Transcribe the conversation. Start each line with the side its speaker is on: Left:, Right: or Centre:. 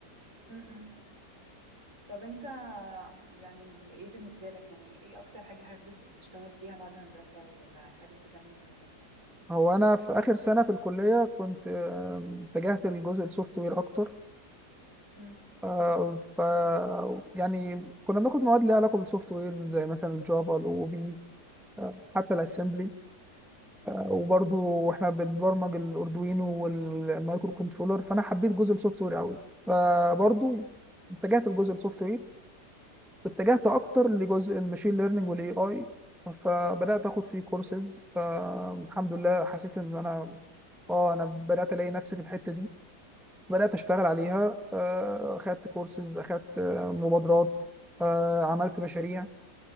Right: م- م. طب انت يعني ب- ايه بالنسبة لك يعني ايه اكتر حاجة حابب تشتغل فيها بعد هندسة ولا حابب تكمل في هندسة ايه الدنيا
Centre: هو
Right: بالنسبة
Centre: أنا في
Right: لك
Centre: آخر سنة في الكلية كنت آم، اتجهت للجزء السوفت وير أكتر
Right: مم.
Centre: آه، ف يعني كنا بناخد مواد ليها علاقة بالسوفت وير زي مثلا الجافا الأو بي آه، حتى الأسمبلي آه، وبرضو
Right: مم.
Centre: احنا بنبرمج الأردوينو والمايكرو كنترولر فأنا حبيت جزء السوفت وير قوي فبرضو اتجهت لجزء السوفت وير اتجهت
Right: مم.
Centre: اكتر لجزء الماشين ليرنينج والاي اي فبدات اخد فيه كورسز الحمد لله حسيت ان انا اه انا بدات الاقي نفسي في الحته دي بدات اشتغل عليها آه، اخدت كورسز اخدت آه، مبادرات آه، عملت مشاريع